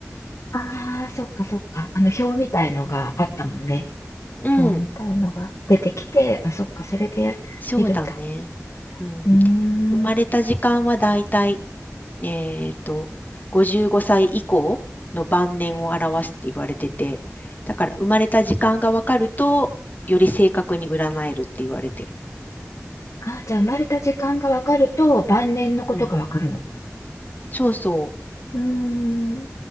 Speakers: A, on the left; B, on the left.
A: ああ、そっかそっか。あの表みたいのがあったもんね。
B: うん、
A: 表みたいのが。出てきて、あ、そっか、それで見るんだ。
B: そうだね。うん。
A: うーん、
B: 生まれた時間はだいたい、えっと、55歳以降の晩年を表すって言われてて、だから生まれた時間がわかると、より正確に占えるって言われてる。
A: あ、じゃあ生まれた時間がわかると晩年のことがわかるのか。
B: うん。そうそう。
A: うーん、